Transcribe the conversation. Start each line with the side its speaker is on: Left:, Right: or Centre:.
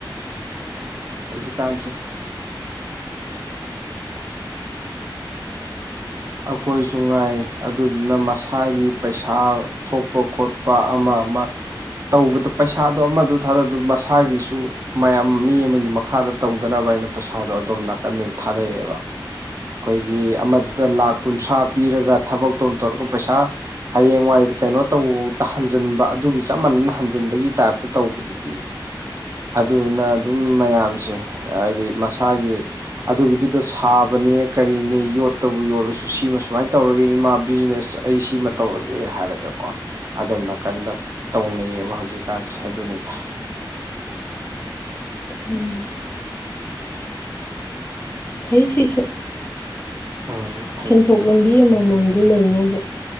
Right: ꯍꯧꯖꯤꯛꯀꯥꯟꯁꯦ ꯑꯩꯈꯣꯏꯁꯨ ꯉꯥꯏ ꯑꯗꯨꯗꯨꯅ ꯃꯁꯥꯒꯤ ꯄꯩꯁꯥ ꯊꯣꯛꯄ ꯈꯣꯠꯄ ꯑꯃ ꯑꯃ ꯇꯧꯕꯗ ꯄꯩꯁꯥꯗꯣ ꯑꯃꯗ ꯊꯥꯔꯑ ꯑꯗꯨ ꯃꯁꯥꯒꯤꯁꯨ ꯃꯌꯥꯝ ꯃꯤ ꯑꯃꯒꯤ ꯃꯈꯥꯗ ꯇꯧꯗꯅꯕ ꯑꯩꯅ ꯄꯩꯁꯥꯗꯣ ꯑꯗꯣꯝ ꯅꯥꯀꯟꯗ ꯑꯣꯏꯅ ꯊꯥꯗꯩꯌꯦꯕ ꯑꯩꯈꯣꯏꯒꯤ ꯑꯃꯗꯨꯗ ꯂꯥꯈ ꯀꯨꯟꯊ꯭ꯔꯥ ꯄꯤꯔꯒ ꯊꯕ ꯇꯣꯝ ꯇꯧꯔꯒ ꯄꯩꯁꯥ ꯍꯌꯦꯡꯋꯥꯏ ꯀꯩꯅꯣ ꯇꯧꯕꯗ ꯍꯟꯖꯤꯟꯕ ꯑꯗꯨꯒꯤ ꯆꯞ ꯃꯥꯟꯅꯅ ꯍꯟꯖꯤꯟꯕꯒꯤ ꯇꯥꯏꯞꯇ ꯇꯧꯕꯗꯨ ꯑꯗꯨꯗꯤ ꯑꯗꯨꯗꯨꯅ ꯑꯗꯨꯝ ꯃꯌꯥꯝꯁꯦ ꯍꯥꯏꯗꯤ ꯃꯁꯥꯒꯤ ꯑꯗꯨꯒꯤꯗꯨꯗ ꯁꯥꯕꯅꯦ ꯀꯔꯤꯅꯦ ꯌꯣꯠ ꯇꯕꯨ ꯌꯣꯜꯂꯁꯨ ꯁꯤꯃ ꯁꯨꯃꯥꯏꯅ ꯇꯧꯔꯒꯦ ꯏꯃꯥ ꯕꯤꯖꯤꯅꯦꯁ ꯑꯩ ꯁꯤꯃ ꯇꯧꯔꯒꯦ ꯍꯥꯏꯔꯒ ꯀꯣ ꯑꯗꯣꯝ ꯅꯥꯀꯟꯗ ꯇꯧꯅꯩꯌꯦꯕ ꯍꯧꯖꯤꯛꯀꯥꯟꯁꯦ ꯑꯗꯨꯅꯤꯗ
Left: <inaudible> ꯐꯩ ꯁꯤꯦꯁꯨ
Right: ꯎꯝ ꯐꯩꯌꯦ
Left: ꯁꯦꯟꯊꯣꯛ ꯂꯝꯕꯤ ꯑꯃꯃꯝꯗꯤ ꯂꯩꯅꯕ